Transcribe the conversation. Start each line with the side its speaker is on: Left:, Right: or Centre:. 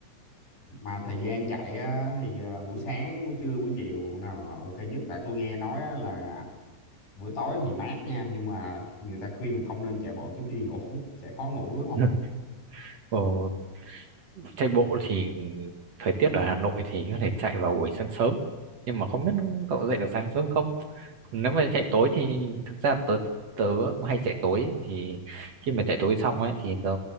Left: mà thời gian chạy á, thì ờ, buổi sáng, buổi trưa, buổi chiều nào là ok nhất? Tại tôi nghe nói á, là buổi tối thì mát nha, nhưng mà người ta khuyên là không nên chạy bộ trước khi ngủ, <laughs> sẽ khó ngủ đúng không?
Right: <laughs> Ồ, chạy bộ thì thời tiết ở Hà Nội thì có thể chạy vào buổi sáng sớm nhưng
Left: Ừ.
Right: mà không biết cậu dậy được sáng sớm không còn nếu mà chạy tối thì thực ra tớ tớ cũng hay chạy tối ấy, thì khi mà chạy tối xong ấy thì tớ